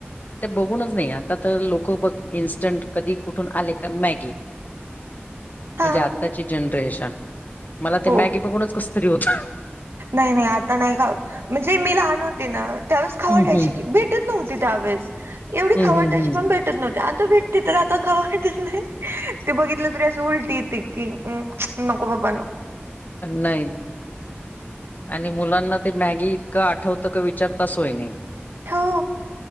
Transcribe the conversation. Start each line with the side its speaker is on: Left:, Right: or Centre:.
Left: ते बघूनच नाही आता तर लोक बघ इन्स्टंट कधी कुठून आले का मॅगी.
Right: हा
Left: म्हणजे आताची जनरेशन मला ते
Right: हो
Left: मॅगी बघूनच कस तरी होत.
Right: नाही नाही आता नाही का होत म्हणजे मी लहान होते ना त्यावेळेस खावु
Left: हं,
Right: वाटायची
Left: हं.
Right: की भेटत नव्हती, त्यावेळेस एवढी
Left: हं,
Right: खावु
Left: हं,
Right: वाटायची
Left: हं.
Right: पण भेटत. भेट नव्ह आता भेटते तर आता ख वाटत नाही ते बघितलं तरी असं उलटी ये की हम् नकबा पणो
Left: नाईन आणि मुलांना ते मॅगी इतकं आठवतं का विचारता असय नाही
Right: हो